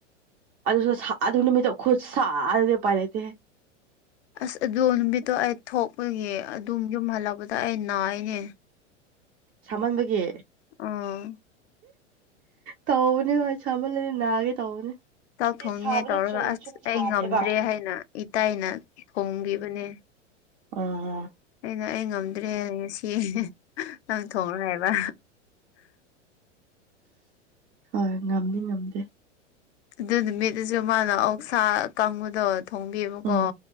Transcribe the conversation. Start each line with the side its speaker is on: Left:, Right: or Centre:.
Right: ꯑꯗꯨꯁꯨ ꯁꯥ ꯑꯗꯨ ꯅꯨꯃꯤꯠꯇꯣ ꯈꯨꯠ ꯁꯥꯗꯨꯗꯤ ꯎꯄꯥꯏ ꯂꯩꯇꯦꯍꯦ
Left: ꯑꯁ ꯑꯗꯨ ꯅꯨꯃꯤꯠꯇꯣ ꯑꯩ ꯊꯣꯛꯄꯒꯤ ꯑꯗꯨꯝ ꯌꯨꯝ ꯍꯜꯂꯛꯄꯗ ꯑꯩ ꯅꯥꯏꯌꯦꯅꯦ
Right: ꯁꯥꯃꯟꯕꯒꯤ
Left: ꯑꯥ
Right: ꯇꯧꯕꯅꯦ ꯍꯣꯢ ꯁꯃꯜꯂꯗꯤ ꯅꯥꯒꯦ ꯇꯧꯕꯅꯦ
Left: ꯆꯥꯛ ꯊꯣꯡꯅꯤꯉꯦ
Right: ꯁꯥꯕꯗ
Left: ꯇꯧꯔꯒ
Right: ꯆꯨꯝꯅ
Left: ꯑꯁ
Right: ꯁꯨꯝ ꯁꯥꯗꯦꯕ
Left: ꯑꯩ ꯉꯝꯗ꯭ꯔꯦ ꯍꯥꯏꯅ ꯏꯇꯩꯅ ꯊꯣꯡꯕꯤꯕꯅꯦ
Right: ꯑ
Left: ꯑꯩꯅ ꯑꯩ ꯉꯝꯗ꯭ꯔꯦ ꯉꯁꯤ ꯅꯪ ꯊꯣꯡꯔꯣ ꯍꯥꯏꯕ
Right: ꯍꯣꯏ ꯉꯝꯗꯤ ꯉꯝꯗꯦ
Left: ꯑꯗꯨ ꯅꯨꯃꯤꯠꯇꯨꯖꯨ ꯃꯥꯅ ꯑꯣꯛꯁꯥ ꯑꯀꯪꯕꯗꯣꯠ ꯊꯣꯡꯕꯤꯕꯀꯣ
Right: ꯎꯝ